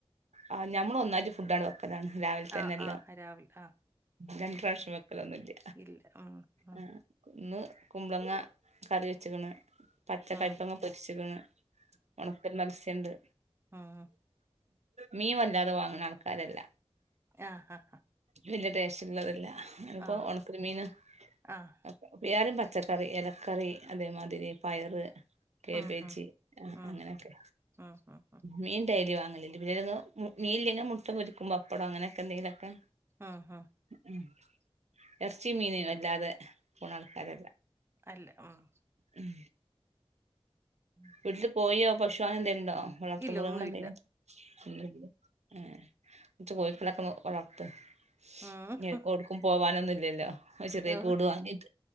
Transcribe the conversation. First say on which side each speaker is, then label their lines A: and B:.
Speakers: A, on the right (about 90°); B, on the right (about 20°).
A: ആഹ് ഞമ്മള് ഒന്നായിട്ട് ഫുഡ് ആണ്ട് വെക്കലാണ് രാവിലെ തന്നെ
B: ആഹ്
A: എല്ലാം
B: ആഹ് രാവിലെ ആഹ്
A: രണ്ട്
B: ഉം
A: പ്രാവശ്യം വെക്കലൊന്നുംല്ല
B: ഇല്ല ഉം ഉം
A: ആഹ് ഇന്ന് കുമ്പളങ്ങ കറി വെച്ച്ക്ക്ണ് പച്ച
B: ഉം
A: കൈപ്പങ്ങ പൊരിച്ച്ക്ക്ണ് ഉണക്കൽ മത്സ്യണ്ട്
B: ഉം ഉം
A: മീൻ വല്ലാതെ വാങ്ങ്ണ ആൾക്കാരല്ല
B: ഞാ ഹ ഹ
A: യുവല്യ ടേസ്റ്റ് ഇള്ളത് ല്ല അപ്പൊ
B: ആഹ്
A: ഒണക്കമീൻ
B: ആഹ്
A: എല്ലാരും പച്ചക്കറി ഇലക്കറി അതേമാതിരി പയറ് കേബേജ്
B: ആഹാ
A: ആ
B: ആഹ്
A: അങ്ങനെയൊക്കെ
B: ആഹ് ആഹ് ആഹ്
A: മീൻ ഡൈലി വാങ്ങലില്ല പിന്നെ ങ്ങനങ്ങ് മീൻ ഇല്ലേ മുട്ട പൊരിക്കും പപ്പടോ അങ്ങനെയൊക്കെ എന്തേലൊക്കെ
B: ആഹ് ഹാ
A: ഉം എറച്ചി മീന് വല്ലാതെ പോണ ആൾക്കാരല്ല
B: അല്ല ഉം
A: ഉം
B: ഉം
A: വീട്ടില് കോഴിയോ പശുവോ അങ്ങനെ എന്തേലുണ്ടോ വളർത്തു
B: ഇല്ല
A: മൃഗങ്ങൾ
B: ഒന്നുല്ല
A: എന്തേലും ഒന്നുല്ല ഏഹ് കൊറച്ച് കോഴിക്കളൊക്കെ ഒന്ന് വളർത്ത് ഇഞ്
B: ആഹ്
A: ഇങ്ങക്ക് ഔട്ക്കും പോവാനൊന്നും ഇല്ലല്ലോ ഒരു ചെറിയ
B: ആഹ്
A: കൂടുവാങ്ങിട്ട്